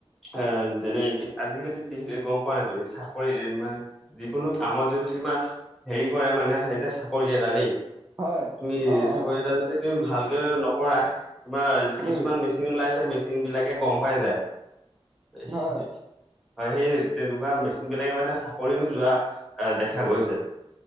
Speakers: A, in the centre; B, on the right.
A: অ', যেনে আজিকালি নিজে গম পোৱা নাই, তুমি চাকৰি ইমান যিকোনো কামত যদি তোমাৰ, হেৰি কৰে মানে, এতিয়া চাকৰি এটা দেই।
B: হয়,
A: তুমি
B: অ', অ',
A: চাকৰি কেটালৈকে তুমি ভালকে নকৰা, তোমাৰ কিছুমান
B: উম,
A: মেচিন ওলাইছে মেচিন বিলাকে গম পাই যায়। <inaudible>
B: হয়,
A: হয়' সেই তেনেকুৱা মেচিন বিলাকে মানে চাকৰিও, যোৱা দেখা গৈছে।